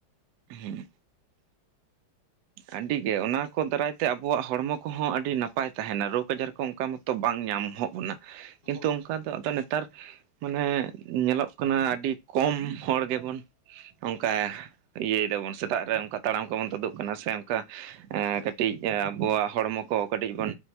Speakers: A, on the right; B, on the left.
A: ᱦᱮᱸ᱾ ᱟᱹᱰᱤ
B: ᱦᱮᱸ
A: ᱜᱮ ᱚᱱᱟ
B: ᱢᱟ
A: ᱠᱚ ᱫᱟᱨᱟᱭ᱾ ᱛᱮ ᱟᱵᱚᱣᱟᱜ ᱦᱚᱲᱢᱚ ᱠᱚᱦᱚᱸ ᱟᱹᱰᱤ ᱱᱟᱯᱟᱭ ᱛᱟᱦᱮᱱᱟ ᱨᱳᱜᱽ ᱟᱡᱟᱨ ᱠᱚ ᱚᱱᱠᱟ ᱢᱚᱛᱚ ᱵᱟᱝ ᱧᱟᱢᱚᱜ᱾ ᱵᱚᱱᱟ ᱠᱤᱱᱛᱩ
B: ᱦᱳᱭ
A: ᱚᱱᱠᱟ᱾ ᱱᱤᱛᱚᱜ ᱟᱫᱚ ᱱᱮᱛᱟᱨ ᱢᱟᱱᱮ ᱧᱮᱞᱚᱜ ᱠᱟᱱᱟ ᱟᱹᱰᱤ ᱠᱚᱢ ᱦᱚᱲ ᱜᱮᱵᱚᱱ᱾ ᱚᱱᱠᱟᱭᱟ ᱤᱭᱟᱹᱭ ᱫᱟᱵᱚᱱ ᱥᱮᱛᱟᱜ ᱨᱮ ᱚᱱᱠᱟ ᱛᱟᱲᱟᱢ ᱠᱚᱵᱚᱱ ᱛᱩᱫᱩᱜ᱾ ᱠᱟᱱᱟ ᱥᱮ ᱚᱱᱠᱟ
B: ᱦᱳᱭ
A: ᱠᱟᱹᱴᱤᱡ᱾ ᱟᱵᱚᱣᱟᱜ ᱦᱚᱲᱢᱚ ᱠᱚ ᱠᱟᱹᱴᱤᱡ ᱵᱚᱱ